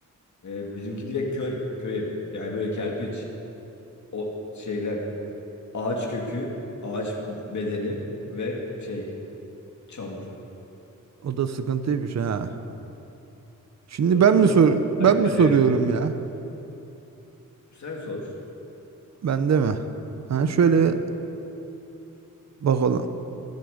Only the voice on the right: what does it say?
O da sıkıntıymış ha. Şimdi ben
mi sor
ben
mi
soruyorum
ya?
Ben de mi? Ha şöyle bakalım.